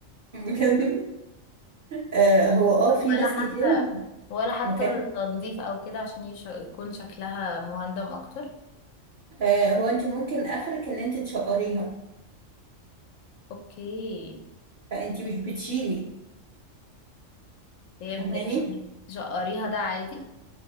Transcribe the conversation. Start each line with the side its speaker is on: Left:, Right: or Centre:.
Right: <laughs> بجد أه هو اه في
Left: ولا
Right: ناس
Left: حتى
Right: كتير
Left: ولا حتى
Right: ما كانت
Left: تنظيف او كده عشان يش- يكون شكلها مهندم اكتر
Right: أه هو انت ممكن اخرك ان انت تشقريها
Left: اوكي
Right: فانت مش بتشيلي
Left: فهمت
Right: فاهماني
Left: يعني وإنك تشقريها ده عادي